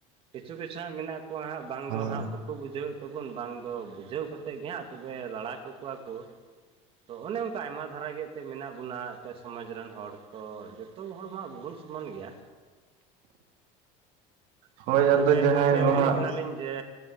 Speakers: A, on the right; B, on the right.
A: ᱠᱤᱪᱷᱩ ᱠᱤᱪᱷᱩ ᱦᱟᱸᱜ ᱢᱮᱱᱟᱜ ᱠᱚᱣᱟ ᱦᱟᱸᱜ ᱵᱟᱝ
B: ᱦᱳᱭ
A: ᱫᱚ ᱦᱟᱸᱜ ᱵᱟᱠᱚ ᱵᱩᱡᱷᱟᱹᱣᱮᱫ ᱛᱟᱵᱚᱱ ᱵᱟᱝ ᱫᱚ ᱵᱩᱡᱷᱟᱹᱣ ᱠᱟᱛᱮᱫ ᱜᱮ ᱦᱟᱸᱜ ᱛᱚᱵᱮ ᱞᱟᱲᱟ ᱠᱚᱠᱚᱣᱟ ᱠᱚ ᱛᱚ ᱚᱱᱮ ᱚᱱᱠᱟ ᱟᱭᱢᱟ ᱫᱷᱟᱨᱟᱜ ᱜᱮ ᱮᱱᱛᱜ ᱢᱮᱱᱟᱜ ᱵᱚᱱᱟ ᱮᱱᱛᱮᱫ ᱥᱚᱢᱟᱡᱽ ᱨᱮᱱ ᱦᱚᱲ ᱛᱚ ᱡᱚᱛᱚ ᱦᱚᱲ ᱢᱟᱜ ᱵᱟᱵᱚᱱ ᱥᱚᱢᱟᱱ ᱜᱮᱭᱟ᱾
B: ᱦᱳᱭ ᱟᱫᱚ
A: ᱛᱚᱵᱮ
B: ᱡᱟᱦᱟᱸᱭ
A: ᱜᱚᱢᱠᱮ
B: ᱠᱚ
A: ᱢᱮᱱᱮᱫ
B: ᱦᱟᱸᱜ
A: ᱠᱟᱱᱟᱞᱤᱧ ᱡᱮ